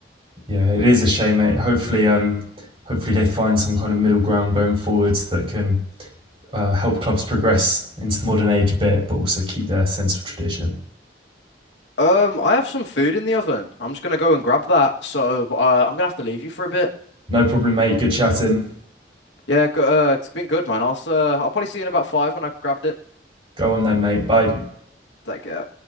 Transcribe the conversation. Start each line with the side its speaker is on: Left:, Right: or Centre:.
Right: Yeah, it is a shame, mate. Hopefully, um, hopefully they find some kind of middle ground going forwards that can uh, help clubs progress into the modern age a bit, but also keep their sense of tradition.
Left: Um, I have some food in the oven. I'm just gonna go and grab that. So, uh, I'm gonna have to leave you for a bit.
Right: No problem, mate. Good chatting.
Left: Yeah, go, uh, it's been good, man. I'll s- uh, I'll probably see you in about five when I grabbed it.
Right: Go on then, mate. Bye.
Left: Like, uh,